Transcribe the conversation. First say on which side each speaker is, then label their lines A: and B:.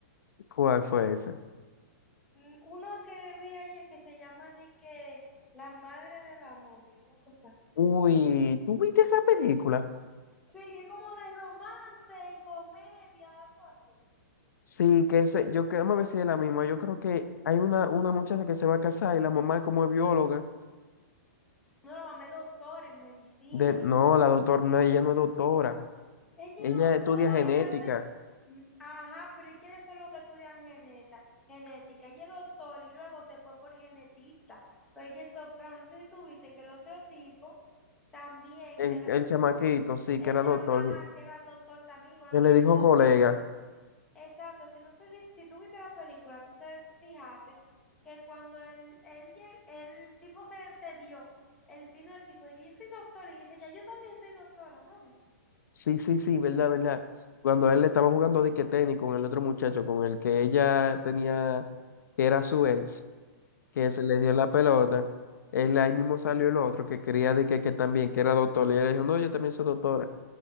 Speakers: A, on the left; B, in the centre.
A: ¿cuál fue esa?
B: Mm, Una que vi ayer que se llama de que La madre de la novia, una cosa así.
A: Uy, ¿tú viste esa película?
B: Sí, que es como de romance y comedia, algo así.
A: Sí, que ese, yo creo, me ver si es la misma. Yo creo que hay una, una muchacha que se va a casar y la mamá como es bióloga.
B: No, la mamé doctor en medicina.
A: De, no, la doctora, no, ella no es doctora.
B: Ella
A: Ella
B: es doctora
A: estudia genética.
B: y hace. Mm, Ajá, pero ¿y quiénes son los que estudian geneta, genética? Ella es doctora y luego se fue por genetista, pero ella es doctora. No sé si tú viste que el otro tipo también,
A: El,
B: que la,
A: el chamaquito, sí,
B: él
A: que era
B: llama,
A: doctor,
B: ajá, que era doctor también, igual
A: que
B: que
A: le
B: ella,
A: dijo
B: porque
A: colega.
B: cuando. Exacto, que no sé si, si tú viste la película, tú te fijaste que cuando el, él lle- el tipo se, se dio, él vino el tipo de que yo soy doctor y dice, ya yo también soy doctora, ¿no viste?
A: Sí, sí, sí, verdad, verdad. Cuando a él le estaban jugando dique tenis con el otro muchacho, con el que ella tenía, que era su ex, que se le dio la pelota, él ahí mismo salió el otro que quería dique que también, que era doctor, y él le dijo, no, yo también soy doctora.